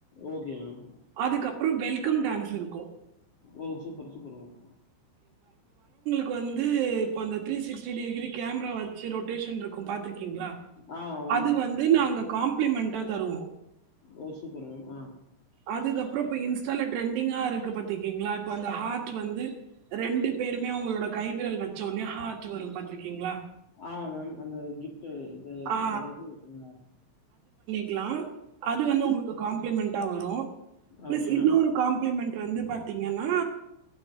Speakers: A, on the left (about 60°); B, on the right (about 65°).
A: ஓகே மேம்
B: அதுக்கப்றோ வெல்கம் டேன்ஸ் இருக்
A: ஓ சூப்பர் சூப்பர் மேம்
B: கு வந்து அந்த த்ரீ சிக்டி டிகிரி கேமரா வச்சு ரொட்டேஷன்டுருக்கு பாத்திருக்கீங்களா
A: ஆ
B: அது
A: மேம்.
B: வந்து நாங்க
A: அ
B: காம்ப்ளிமெண்டா தருவோ
A: ஓ சூப்பர் மேம் அ
B: அதுக்கப்புறோ இப்ப இன்ஸ்டால ட்ரெண்டிங்கா இருக்கு பாத்துருக்கீங்ளா இப்போ அந்த ஹார்ட்டு வந்து ரெண்டு பேருமே அவுங்களோட கைவிரல் வச்ச ஒன்னே ஹார்ட்டு வரு பாத்திருக்கீங்ளா
A: அ மேம் அந்த கிஃப்ட்டு இது
B: ஆ,
A: இது அ
B: க்லா அது வந்து உங்குளுக்கு காம்ப்ளிமெண் <unintelligible> நோ ப்ளஸ்
A: ஓகே
B: இன்னொரு
A: மேம்.
B: காம்ப்ளிமென்ட் வந்து பாதிங்கன்னா